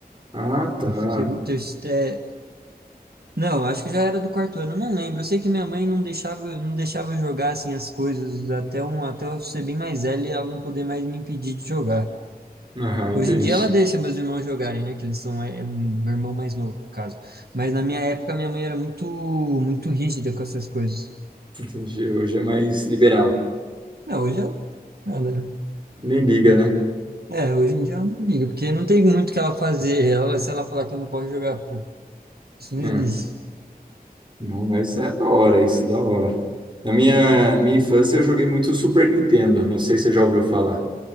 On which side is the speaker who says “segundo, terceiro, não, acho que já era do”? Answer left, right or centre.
Right